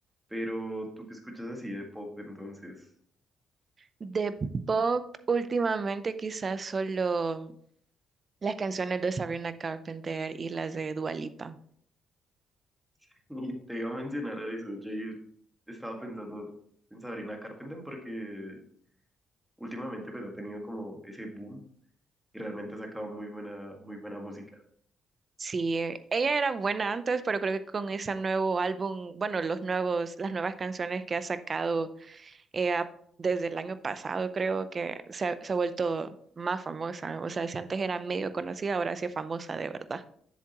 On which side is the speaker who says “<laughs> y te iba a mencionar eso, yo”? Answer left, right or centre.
Centre